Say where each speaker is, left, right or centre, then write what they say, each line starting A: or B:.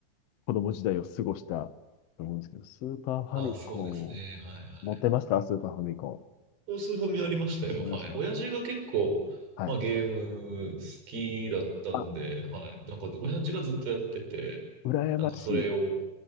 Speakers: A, on the left (about 65°); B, on the right (about 90°).
A: 子供時代を過ごしたと思うんですけど、スーパーファミコン、
B: あ、そうですね。はいはい。
A: 持ってましたスーパーファミコ
B: おスーファミありましたよ。
A: ン。思いましたね。
B: はい。親父が結構、
A: はい。
B: まあゲーム好きだったんで、
A: あ、
B: はい。なんか親父がずっとやってて、
A: 羨ましい。
B: なんかそれを、